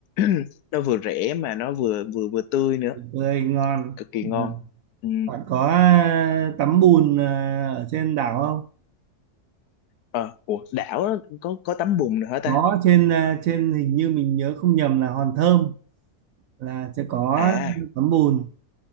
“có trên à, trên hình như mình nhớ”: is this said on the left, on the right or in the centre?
Right